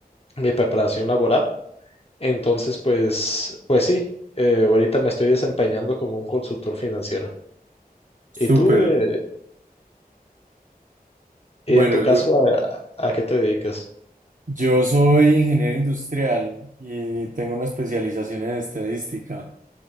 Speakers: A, on the left; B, on the right.
A: mi preparación laboral. Entonces, pues, pues sí, eh, ahorita me estoy desempeñando como un consultor financiero. ¿Y
B: Súper.
A: tú, eh, y
B: Bueno,
A: en tu caso,
B: yo,
A: a, a- qué te dedicas?
B: yo soy ingeniero industrial y tengo una especialización en estadística.